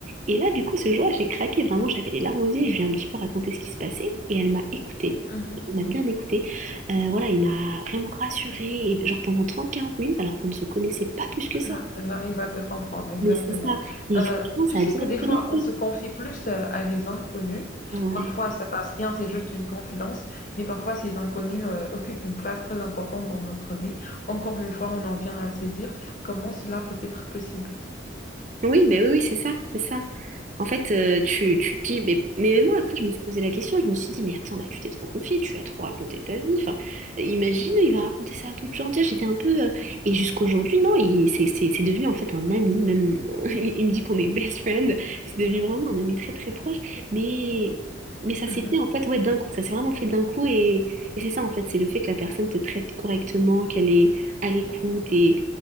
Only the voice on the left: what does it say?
Mhm,
Ah, J'arrive à te comprendre, exactement.
Euh,
tu sais
que des fois,
on se confie plus euh, à des inconnus.
Parfois, ça passe bien, c'est juste une confidence, mais parfois, ces inconnus euh, occupent une place très importante dans notre vie. Encore une fois, on en vient à se dire comment cela peut être possible.
Mhm.